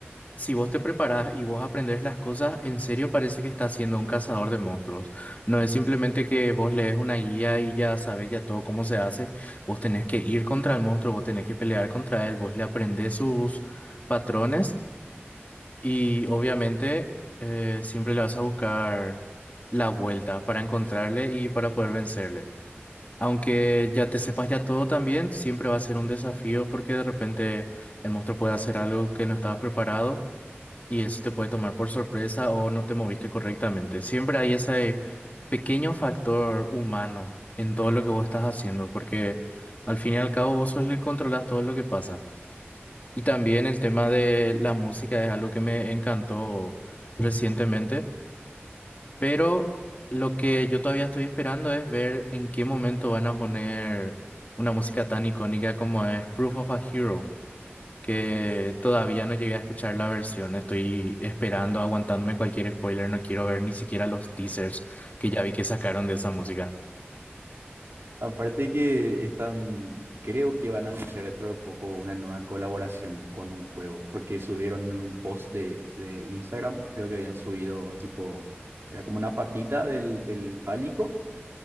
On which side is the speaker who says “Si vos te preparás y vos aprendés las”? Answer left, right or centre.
Left